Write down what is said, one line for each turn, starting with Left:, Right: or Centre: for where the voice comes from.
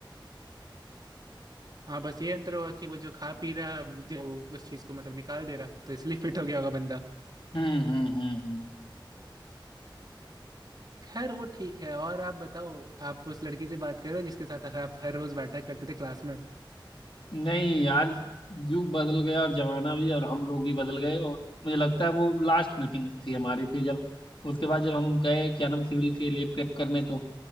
Right: हाँ बस ये अंतर हुआ कि वो जो खा पी रहा जो उस चीज को मतलब निकाल दे रहा तो इसलिए फिट हो गया होगा बंदा
Left: हम्म हम्म हम्म हम्म
Right: खैर वो ठीक है और आप बताओ आप उस लड़की से बात करो जिसके साथ आप हर रोज बैठा करते थे क्लास में
Left: नहीं यार युग बदल गया और जमाना भी और हम लोग भी बदल गए और मुझे लगता है वो लास्ट मीटिंग थी हमारी फिर जब उसके बाद जब हम गए क्या नाम सिविल के लिए प्रेप करने तो